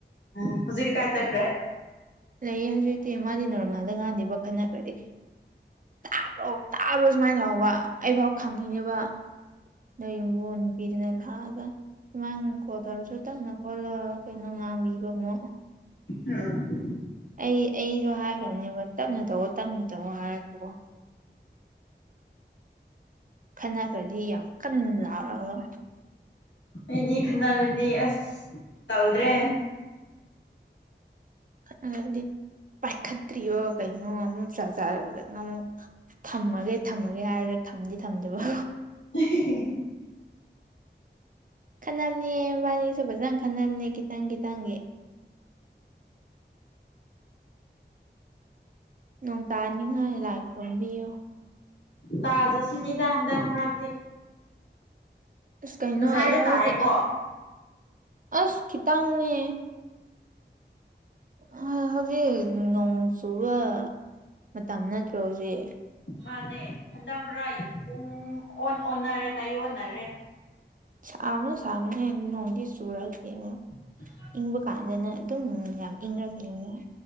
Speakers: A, on the left; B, on the right.
A: ꯎꯝ ꯍꯨꯍꯤꯛ ꯀꯥꯏ ꯇꯠꯈ꯭ꯔꯦ
B: ꯂꯩꯌꯦ ꯍꯧꯖꯤꯛꯇꯤ ꯃꯥꯗꯤ ꯅꯣꯔꯃꯦꯜꯗ ꯉꯥꯡꯅꯤꯕ ꯈꯠꯅꯈ꯭ꯔꯗꯤ ꯇꯥꯕ꯭ꯔꯣ ꯇꯥꯕ꯭ꯔꯣ ꯁꯨꯃꯥꯏꯅ ꯇꯧꯕ ꯑꯩꯐꯥꯎ ꯈꯪꯉꯤꯅꯦꯕ ꯅꯣꯏ ꯌꯨꯝꯕꯨꯟ ꯅꯨꯄꯤꯗꯨꯅ ꯂꯥꯛꯑꯒ ꯅꯪ ꯀꯣꯟ ꯇꯔꯁꯨ ꯇꯞꯅ ꯈꯣꯠꯂꯣ ꯀꯩꯅꯣ ꯉꯥꯡꯕꯤꯕ ꯑꯃꯨꯛ
A: ꯑꯝ
B: ꯑꯩ ꯑꯩꯖꯨ ꯍꯥꯏꯈ꯭ꯔꯅꯦꯕ ꯇꯞꯅ ꯇꯧꯑꯣ ꯇꯞꯅ ꯇꯧꯑꯣ ꯍꯥꯏꯔꯛꯄꯀꯣ ꯈꯠꯅꯈ꯭ꯔꯗꯤ ꯌꯥꯝ ꯀꯟꯅ ꯂꯥꯎꯔꯒ
A: ꯑꯩꯗꯤ ꯈꯠꯅꯔꯗꯤ ꯑꯁ ꯇꯧꯗ꯭ꯔꯦ
B: ꯈꯠꯅꯔꯗꯤ ꯄꯥꯏꯈꯠꯇ꯭ꯔꯤꯑꯣ ꯀꯩꯅꯣ ꯑꯃ ꯆꯠ ꯆꯠ ꯑꯃꯨꯛ ꯊꯝꯃꯒꯦ ꯊꯝꯃꯒꯦ ꯍꯥꯏꯔꯒ ꯊꯝꯗꯤ ꯊꯝꯗꯕ
A: <inaudible>
B: ꯈꯠꯅꯝꯅꯦ ꯃꯥꯅꯤꯁꯨ ꯐꯖꯅ ꯈꯠꯅꯝꯅꯦ ꯈꯤꯇꯪ ꯈꯤꯇꯪꯒꯤ ꯅꯣꯡ ꯇꯥꯅꯤꯡꯉꯥꯏ ꯂꯥꯏ ꯈꯨꯔꯨꯝꯕꯤꯌꯣ
A: ꯇꯥꯖꯁꯅꯤꯗꯥ ꯍꯟꯗꯛ ꯃꯔꯛꯇꯤ
B: ꯑꯁ ꯀꯩꯅꯣ
A: ꯉꯁꯥꯏꯗꯣ
B: ꯂꯧꯒꯤ
A: ꯇꯥꯏꯌꯦꯀꯣ
B: ꯑꯁ ꯈꯤꯇꯪꯅꯦ ꯍꯍꯧꯖꯤꯛ ꯅꯣꯡ ꯆꯨꯒ ꯃꯇꯝ ꯅꯠꯇ꯭ꯔꯣ ꯍꯨꯖꯤꯛ
A: ꯃꯥꯅꯦ ꯍꯟꯗꯛ ꯃꯔꯛ ꯄꯨꯡ ꯑꯣꯟ ꯑꯣꯟꯅꯔꯦ ꯇꯥꯏ ꯑꯣꯟꯅꯔꯦ
B: ꯁꯥꯃꯅ ꯁꯥꯃꯅꯦ ꯅꯣꯡꯁꯤ ꯆꯨꯔꯛꯇꯦꯅꯦ
A: <inaudible>
B: ꯏꯪꯕ ꯀꯥꯟꯗꯅ ꯑꯗꯨꯝ ꯌꯥꯝ ꯏꯪꯔꯛꯅꯤ ꯑꯃꯨꯛ